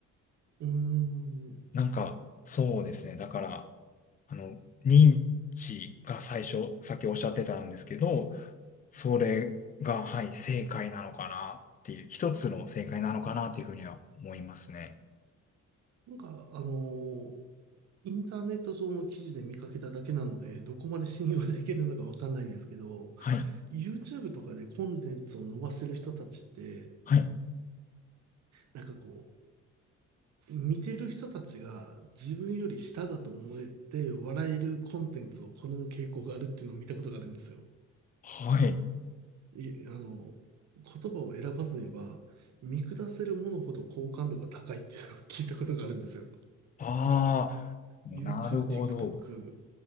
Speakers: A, on the right (about 65°); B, on the left (about 30°).
A: ーん。
B: なんか、そうですね。だから、あの、認知が最初、さっきおっしゃってたんですけど、それが、はい、正解なのかなっていう、一つの正解なのかなっていうふうには思いますね。
A: なんか、あのーインターネット上の記事で見かけただけなので、どこまで信用できるのかわかんないですけど、
B: はい、
A: YouTube とかでコンテンツを伸ばせる人たちって、
B: はい、
A: なんかこう、見てる人たちが自分より下だと思えて笑えるコンテンツを好む傾向があるっていうのを見たことがあるんですよ。
B: はい。
A: い、あの、言葉を選ばず言えば、見下せるものほど好感度が高いっていうのを聞いたことがあるんですよ。
B: ああ、なるほど。
A: YouTube、TikTok